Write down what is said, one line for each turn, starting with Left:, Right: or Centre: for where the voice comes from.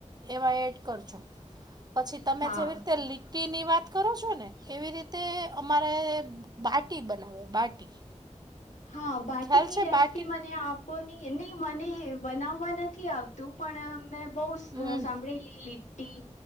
Right: એવા એડ કરજો પછી તમે
Left: હા
Right: જેવી રીતે ની વાત કરો છો ને એવી રીતે અમારે બાટી બનાવે બાટી
Left: હા બાટીની
Right: ખ્યાલ છે
Left: રેસીપી
Right: બાટી
Left: મને આપ નહી નહી મને બનાવવા નથી આવતું પણ મે બહ
Right: હમ
Left: સાંભળેલી લીટી